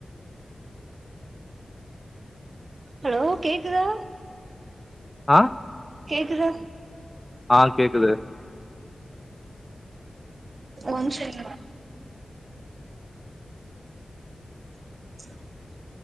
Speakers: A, on the right; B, on the left.
A: ஹலோ கேக்குதா
B: ஆ
A: கேக்குதா
B: ஆ கேக்குது
A: ஒ நிம்ஷோ இருங்க ச்ச